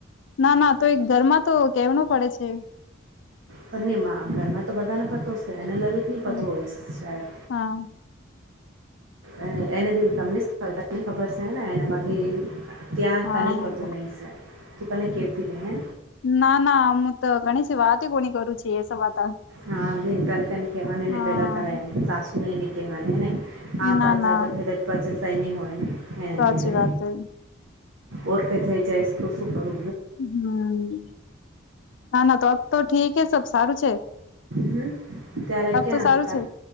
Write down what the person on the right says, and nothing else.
પણ મા ઘરમાં તો બધાને પતો છે અને લલિત ની પતો
હોય સે શાયદ
એને એને દી તમને તમ ખબર સેને એને બધી ત્યાં
કને પતો નહી સે, તું કોઇને કેતી નઈ હો.
હા નઈ તારે કને કેવાને
પેલા તારે એમ સાસુ ને નઈ કવાનીને આ
બાત
જતા ફેરે પાછે સહી નહી હોય ને એના
લીધે
ઓર કઈ થઈ જાય છે તો શું કરો?
હમ ત્યારે
ક્યાં
ટા